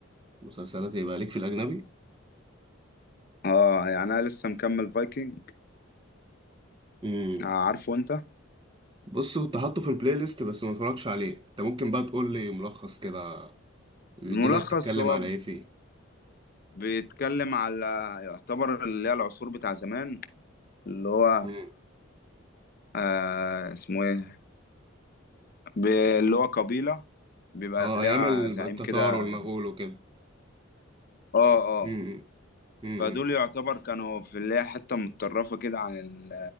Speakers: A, on the right (about 25°); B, on the left (about 50°).
A: مسلسلات يبقى ليك في الاجنبي؟
B: اه يعني انا لسه مكمل فايكنج
A: امم
B: آه عارفه انت
A: بص كنت حاطه في البلاي ليست بس ما اتفرجتش عليه انت ممكن بقى تقول لي ملخص كده الدنيا
B: والملخص
A: بتتكلم
B: هو
A: على ايه فيه؟
B: بيتكلم على يعتبر اللي هي العصور بتاع زمان اللي هو
A: امم
B: آه اسمه ايه ب- اللي هو قبيلة بيبقى
A: اه
B: ليها
A: ايام ال-
B: زعيم
A: التتار
B: كده
A: والمغول وكده
B: اه اه
A: امم امم
B: فدول يعتبر كانوا في اللي هي حتة متطرفة كده عن ال-